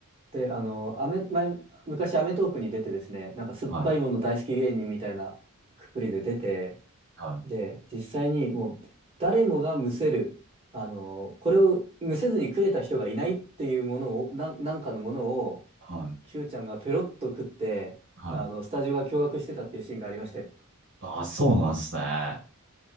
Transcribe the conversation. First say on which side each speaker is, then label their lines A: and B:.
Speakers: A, on the right; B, on the right.
A: で、あの、アメ、前、昔アメトークに出てですね、なんか酸っぱいもの大好き芸人みたいなくくりで出て、
B: はいはい
A: で、実際にもう誰もがむせる、あの、これをむせずに食えた人がいないっていうものを、なん、なんかのものを、
B: はい
A: Q ちゃんがペロッと食って、
B: はい。
A: あの、スタジオが驚愕してたっていうシーンがありましたよ。
B: あ、そうなんですね。